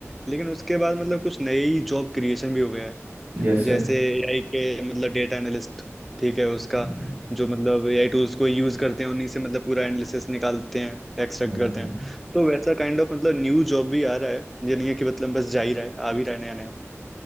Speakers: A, in the centre; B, on the right.
A: लेकिन उसके बाद मतलब कुछ नई जॉब क्रिएशन भी हो गया है
B: जैसे
A: जैसे एआई के मतलब डेटा एनालिस्ट ठीक है उसका
B: हम्म,
A: जो मतलब एआई टूल्स को यूज करते हैं उन्हीं से मतलब पूरा एनालिसिस निकालते हैं एक्सट्रैक्ट
B: हम्म।
A: करते हैं तो वैसा काइंड ऑफ मतलब न्यू जॉब भी आ रहा है ये नहीं है कि मतलब बस जा ही रहा है आ भी रहा है नया नया